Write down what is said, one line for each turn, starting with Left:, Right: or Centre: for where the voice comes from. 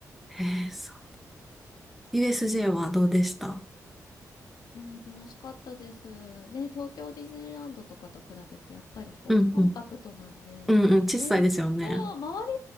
Centre: へえ、そう。USJ はどうでした
Left: もう楽しかったです。ねえ、東京ディズニーランドとかと比べてやっぱりこう、
Centre: うんうん。
Left: コンパクトなんで、
Centre: うんうん、
Left: ねえ、
Centre: 小さいですよね。
Left: そう、回り